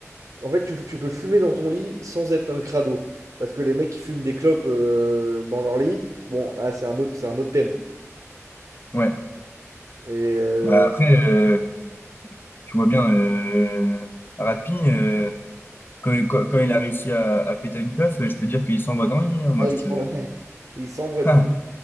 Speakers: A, on the right (about 80°); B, on the left (about 40°).
A: En fait, tu, tu peux fumer dans ton lit sans être un crado. Parce que les mecs qui fument des clopes euh, dans leur lit, bon, là, c'est un autre, c'est un autre thème.
B: Ouais.
A: Et euh,
B: Bah après, euh, tu vois bien, euh, Ratpi, euh, quand, il- quand- quand il a réussi à, à péter une puff, euh, je peux dire qu'il s'envoie dans le lit. hein, moi,
A: ah, ils
B: je te.
A: s'en-
B: <laughs>
A: <laughs> ils s'envoient dedans.
B: Ah,